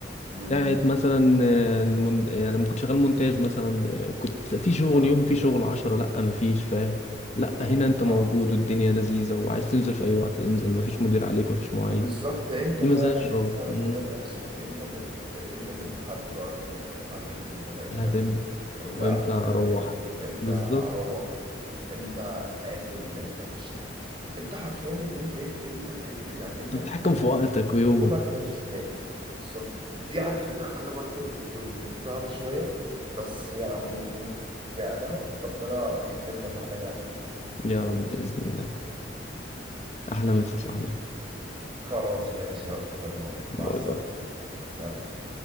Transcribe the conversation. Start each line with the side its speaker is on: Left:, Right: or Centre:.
Right: امم
Left: بتاعت مثلا آه، المون... آه، لما كنت شغال مونتاج مثلا آه، كنت في شغل
Right: اه
Left: يوم في شغل عشرة لأ مفيش فاهم لأ
Right: المفروض
Left: هنا أنت موجود
Right: اه
Left: والدنيا لذيذة وعايز تنزل في أي وقت انزل مفيش مدير عليك مفيش مواعيد
Right: بالظبط انت
Left: دي
Right: فعلا
Left: مزاج شغل
Right: انت فعلا
Left: مم.
Right: مدير نفسك انت اللي بت... انت اللي بتحدد وقتك انت بتحدد ان انا امتى
Left: هتمتى
Right: انزل امتى
Left: وإمتى
Right: افتح
Left: أروح
Right: البرنامج امتى
Left: بالظبط
Right: اروح امتى اكل امتى اخش الحمام انت حرفيا اللي انت ايه ال- ال- يعني انت
Left: أنت
Right: بتتحدد
Left: بتتحكم في وقتك ويومك
Right: يومك ماشي ازاي بالظبط دي على فكرة حاجة برضه بتكون صعبة شوية بس يعني يعني اهو ربنا يكرمنا اللي احنا نعمله
Left: يا رب بإذن الله أحلى مسا يا صاحبي
Right: خلاص ماشي يلا باي باي مع
Left: باي
Right: السلامة
Left: باي
Right: سلام